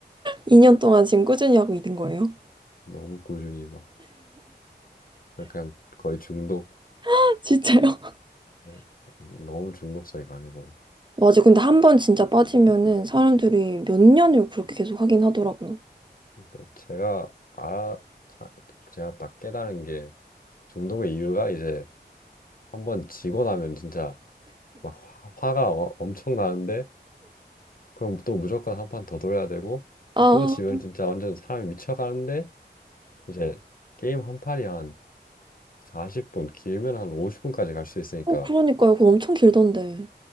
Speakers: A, on the right (about 25°); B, on the left (about 50°).
A: 2년 동안 지금 꾸준히 하고 있는 거예요.
B: 너무 꾸준히 막 그냥 거의 중독
A: <laughs> 진짜요?
B: 예. 너무 중독성이 강해서
A: 맞아, 근데 한 번 진짜 빠지면은 사람들이 몇 년을 그렇게 계속 하긴 하더라고요.
B: 그러니까 제가 알아, 자- 제가 딱 깨달은 게 중독의 이유가 이제 한번 지고 나면 진짜 막 화- 화가 어- 엄청 나는데 그럼 또 무조건 한 판 더 돌려야 되고
A: 아,
B: 또 지면 진짜 완전 사람이 미쳐가는데 이제 게임 한 판이 한 40분 길면 한 50분까지 갈 수 있으니까
A: 어, 그러니까요. 그거 엄청 길던데.